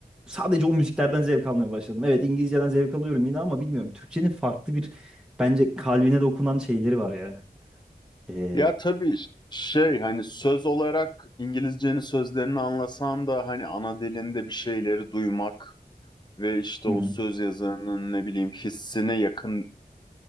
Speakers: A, in the centre; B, on the left.
A: sadece o müziklerden zevk almaya başladım. Evet İngilizceden zevk alıyorum yine ama bilmiyorum. Türkçenin farklı bir bence kalbine dokunan şeyleri var ya. Ee,
B: Ya tabii şey hani söz olarak İngilizcenin sözlerini anlasan da hani ana dilinde bir şeyleri duymak ve işte
A: hı
B: o
A: hı.
B: söz yazarının ne bileyim hissine yakın